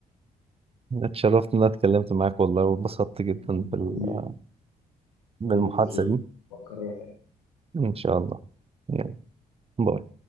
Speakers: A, on the right; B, on the left.
A: اتشرفت ان انا اتكلمت معاك والله واتبسطت جدا
B: آه،
A: بال-
B: حبيبي
A: بالمحادثة
B: حبيبي تسلم
A: دي
B: وأكررها تاني
A: ان شاء الله يلا باي